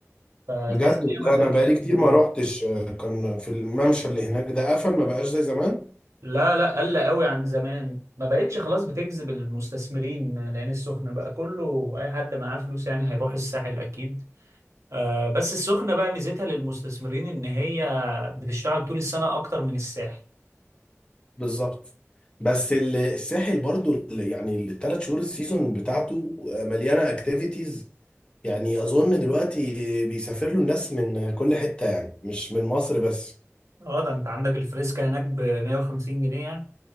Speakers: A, on the right; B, on the left.
A: فتحس
B: بجد
A: ان
B: والله
A: هي ما بقتش
B: انا بقالي
A: بتجذب
B: كتير ما
A: ال-
B: روحتش آه، كان في الممشى اللي هناك ده قفل ما بقاش زي زمان
A: لا لا قل قوي عن زمان ما بقتش خلاص بتجذب المستثمرين العين السخنه بقى كله اي حد معاه فلوس يعني هيروح الساحل اكيد آه بس السخنه بقى ميزتها للمستثمرين ان هي بتشتغل طول السنه اكتر من الساحل
B: بالظبط بس ال- الساحل برضو ال- يعني الثلاث شهور السيزون بتاعته آه، مليانة اكتيفيتيز يعني اظن دلوقتي بيسافر له الناس من كل حتة يعني مش من مصر بس
A: اه ده انت عندك الفريسكا هناك ب 150 جنيه يعني